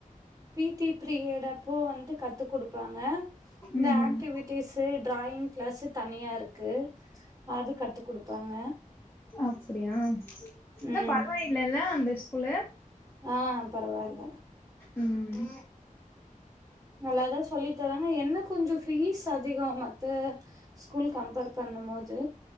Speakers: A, on the right; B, on the left.
A: பீட்டி ப்ரியட் அப்போ வந்ட்டு கத்து குடுப்பாங்க ஆ இந்த
B: ம் ம்
A: ஆக்டிவிடீஸ்ஸு ட்ராயிங் கிளாஸு தனியா இருக்கு அது கத்து குடுப்பாங்க
B: அப்டியா
A: ம்
B: த பரவாயில்லல்ல அந்தஸ் குலூ
A: ஆஹ் பரவாயில்ல
B: உம்
A: நல்லாதா சொல்லி தராங்க என்ன கொஞ்சொ ஃபீஸ் அதிகொ மத்த ஸ்கூல் கம்பேர் பண்ணும் போது